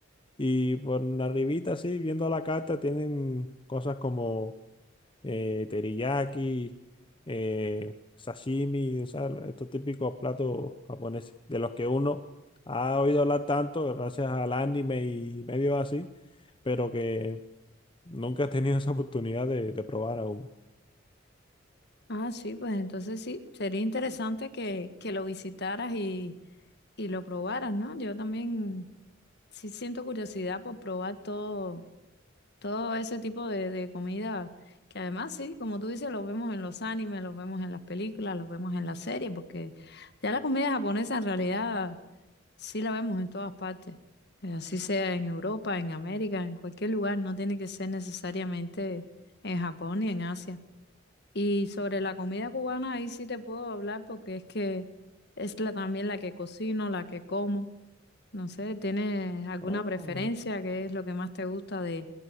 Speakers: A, on the left; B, on the left.
A: Y por la arribita, así, viendo la carta, tienen cosas como eh, teriyaki, eh, sashimi, o sea, estos típicos platos japoneses, de los que uno ha oído hablar tanto gracias al anime y medio así pero que Nunca has tenido esa oportunidad de, de probar aún.
B: Ah, sí, pues entonces sí, sería interesante que, que lo visitaras y, y lo probaras, ¿no? Yo también sí siento curiosidad por probar todo Todo ese tipo de, de comida, que además sí, como tú dices, los vemos en los animes, los vemos en las películas, los vemos en las series, porque ya la comida japonesa en realidad sí la vemos en todas partes. Eh, Así sea en Europa, en América, en cualquier lugar, no tiene que ser necesariamente en Japón ni en Asia. Y sobre la comida cubana, ahí sí te puedo hablar porque es que es la, también la que cocino, la que como. No sé, ¿tienes alguna
A: Oh,
B: preferencia? ¿Qué es lo que más te gusta de,